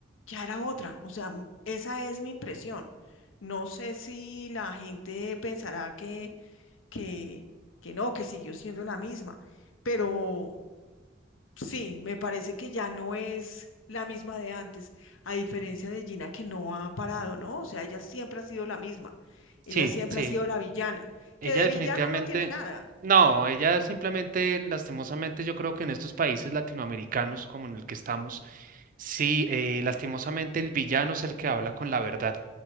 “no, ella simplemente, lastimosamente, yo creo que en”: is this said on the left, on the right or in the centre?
Right